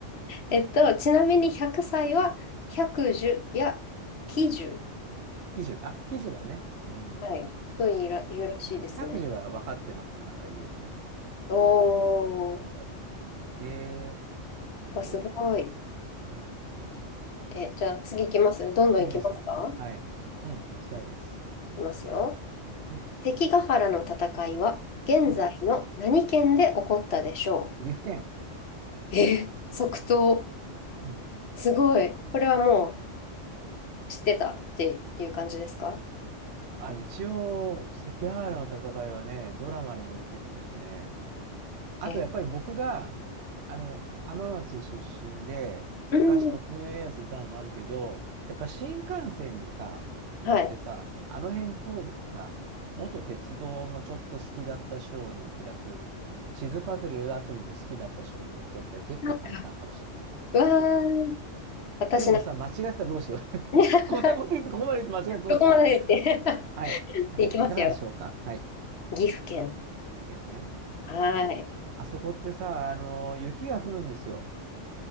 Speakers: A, on the left; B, on the right.
A: えっと、ちなみに100歳は百1や90、
B: 記事、あ、記事はね。うん。
A: はい、というら、
B: ね
A: 言うらしいですね。
B: 白事は分かってなくてもなんか言えそうな。
A: お
B: 記事。うん。聞いたことある。
A: ー、
B: ええ
A: わ、すごい。
B: そうか。ね。
A: え、じゃあ次行きます。どんどん行きますか行
B: 次ですね。はい。うん、行きたいです。
A: きますよ。
B: うん、
A: 関ヶ原の戦いは現在の何県で起こったでしょ
B: うん。岐阜県。
A: うえ、即答。
B: うん、
A: すごい。これはもう
B: うん。
A: 知ってたっていう感じですか
B: あ、一応、関ヶ原の戦いはね、ドラマにも出てくるしね。あとやっぱり僕が、
A: え
B: あの、浜松出身で、
A: うん
B: 昔徳川家康いたのもあるけど、やっぱ新幹線にさ、乗ってさ、
A: はい。
B: あの辺通るとさ、元鉄道もちょっと好きだった少年、プラス地図パズル遊びも好きだった少年にとっては結構簡単かもしれない。
A: なんか、うわー、
B: うん
A: 私な、
B: でもさ、間違ってたらどうしよう。<laughs>
A: <laughs>
B: こんなこと言ってここまで言って間違ってどうすんだ。
A: どこまで言って <laughs>
B: はい。はい。
A: 行きますよ。
B: いかがでしょうか。はい。
A: 岐阜県。
B: 一見ね。
A: はい。
B: うん。あそこってさ、あの、雪が降るんですよ。